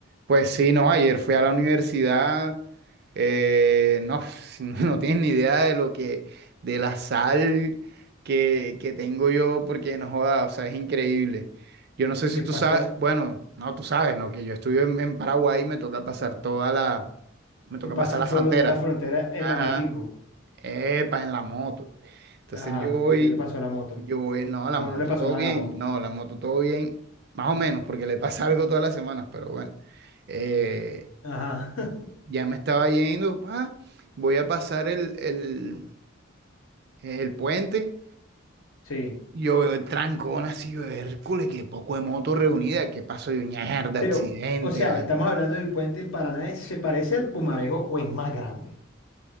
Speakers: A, on the right; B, on the left.
A: Pues sí, no, ayer fui a la universidad, eh, no, <laughs> no tienes ni idea de lo que, de la sal que, que tengo yo, porque no joda, o sea, es increíble. Yo no sé si
B: ¿Qué
A: tú
B: pasó?
A: sabes, bueno, no, tú sabes, ¿no? Que yo estuve en, en Paraguay y me toca pasar toda la, me toca
B: Tú pasas
A: pasar La frontera.
B: todos los días la frontera en
A: Ajá.
B: la motico.
A: Epa, en la moto. Entonces
B: Ajá.
A: yo voy,
B: ¿Y qué le pasó a la moto?
A: yo voy, no, la
B: O
A: moto
B: no le pasó
A: todo
B: nada
A: bien,
B: a la moto.
A: no, la moto todo bien, más o menos, porque le pasa <laughs> algo todas las semanas, pero bueno, Eh,
B: Ajá. <laughs>
A: ya me estaba yendo, pa, voy a pasar el, el, el puente,
B: Sí.
A: yo veo el trancón así, yo Hércules, qué poco de moto reunida, qué pasó, yo, mierda,
B: Pero,
A: accidente,
B: o sea,
A: vale.
B: estamos hablando del puente del Paraná. ¿Se parece al Pumarejo o es más grande?